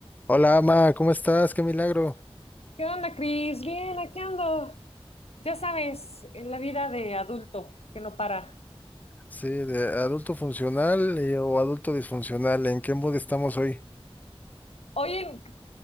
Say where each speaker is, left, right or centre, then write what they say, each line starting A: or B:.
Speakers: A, on the left; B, on the left.
A: Hola, Ama, ¿cómo estás? Qué milagro.
B: ¿Qué onda, Cris? Bien, aquí ando. Ya sabes, en la vida de adulto que no para.
A: Sí, de adulto funcional y- o adulto disfuncional, ¿en qué mood estamos hoy?
B: Oye,